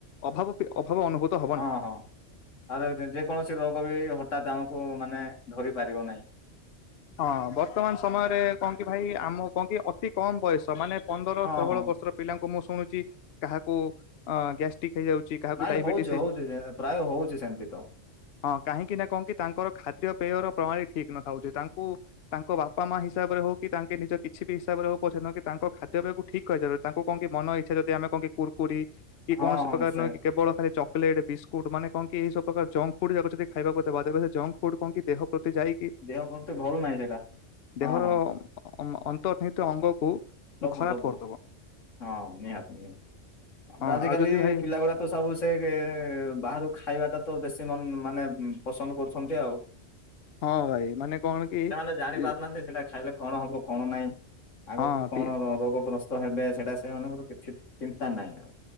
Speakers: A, on the left; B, on the left.
A: ଅଭାବ ଅଭାବ ଅନୁଭୂତ ହବ
B: ହଁ
A: ନାହିଁ।
B: ହଁ ଆ ଯେକୌଣସି ରୋଗ ବି ହଠାତ୍ ଆମକୁ ମାନେ ଧରି ପାରିବ ନାହିଁ।
A: ହଁ ବର୍ତ୍ତମାନ ସମୟରେ କଣ କି ଭାଇ ଆମ କଣ କି ଅତି କମ ବୟସ ମାନେ ପନ୍ଦର
B: ହଁ
A: ଷୋହଳ
B: ହଁ
A: ବର୍ଷର ପିଲାଙ୍କୁ ମୁଁ ଶୁଣୁଛି କାହାକୁ ଅ ଗ୍ୟାଷ୍ଟ୍ରିକ୍ ହେଇଯାଉଛି। କାହାକୁ
B: ନାଇଁ
A: ଡାଇବେଟିସ୍
B: ହଉଛି
A: ହେଇଛି
B: ହଉଛି ପ୍ରାୟ ହଉଛି ସେମିତି ତ।
A: ହଁ କାହିଁକି ନା କଣ କି ତାଙ୍କର ଖାଦ୍ୟ ପେୟର ପ୍ରଣାଳୀ ଠିକ ନଥାଉଛି ତାଙ୍କୁ ତାଙ୍କ ବାପା ମା ହିସାବରେ ହଉ କି ତାଙ୍କେ ନିଜ କିଛି ବି ହିସାବରେ ହଉ ପଛେ ସେକ କି ତାଙ୍କ ଖାଦ୍ୟ ପେୟକୁ ଠିକ ତାଙ୍କୁ କଣ କି ମନ ଇଛା ଯଦି ଆମେ କଣ କି କୁରକୁରି କି
B: ହଁ
A: କୌଣସି
B: ହଁ
A: ପ୍ରକାର
B: ସେ
A: ହେଁ କେବଳ ଖାଲି ଚାକୋଲଟ। ଚକଲେଟ୍ ବିସ୍କୁଟ୍ ମାନେ କଣ କି ଏହି ସବୁ ପ୍ରକାର ଜଙ୍କ ଫୁଡ଼ ଯଦ ଖାଇବାକୁ ଦେବା ଦେବେ ସେ ଜଙ୍କ ଫୁଡ଼୍ କଣ କି ଦେହ ପ୍ରତି ଯାଇ
B: ଦେହ ପ୍ରତି ଭଲ ନାହିଁ ସେଇଟା
A: ଦେହର
B: ହଁ ହଁ।
A: ଅନ୍ତର୍ନିହିତ ଅଙ୍ଗକୁ
B: ସବୁ
A: ଖରାପ
B: ସବୁ
A: କରିଦବ
B: ହଁ, ନିହାତି ନି ତାପରେ
A: ହଁ
B: ଆଜିିକାଲି
A: ଆଉ ଯଦି ଭାଇ
B: ପିଲା ଗୁଡା ତ ସବୁ ସେ ବାହାରୁକୁ ଖାଇବାଟା ତ ବେଶୀ ମ ମାନେ ପସନ୍ଦ କରୁଛନ୍ତି ଆଉ।
A: ହଁ ଭାଇ ମାନେ କଣ କି
B: ସେମାନେ ଜାଣି
A: ଇ-
B: ପାରୁନାହାନ୍ତି ସେଇଟା ଖାଇଲେ କଣ ହବ କଣ ନାହିଁ ଆଗକୁ?
A: ହଁ ପି।
B: ରୋଗ ଗ୍ରସ୍ତ ହେବେ ସେଇଟା ସେମାନଙ୍କର କିଛି ଚିନ୍ତା ନାହିଁ ଆ